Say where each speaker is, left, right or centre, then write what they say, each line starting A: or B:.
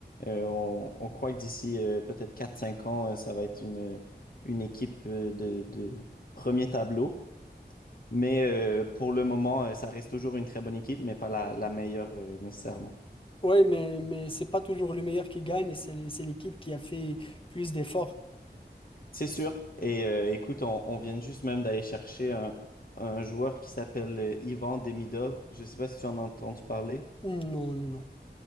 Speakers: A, on the left (about 55°); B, on the left (about 30°).
A: Euh, on, on croit que d'ici euh, peut-être quatre cinq ans, euh, ça va être une, une équipe euh, de, de premier tableau. Mais euh, pour le moment, euh, ça reste toujours une très bonne équipe, mais pas la, la meilleure euh, nécessairement.
B: Ouais, mais, mais c'est pas toujours le meilleur qui gagne et c'est l'é- c'est l'équipe qui a fait plus d'efforts.
A: C'est sûr. Et euh, écoute, on, on vient juste même d'aller chercher un, un joueur qui s'appelle euh, Ivan Demidov. Je ne sais pas si tu en as entendu parler.
B: Non, non, non.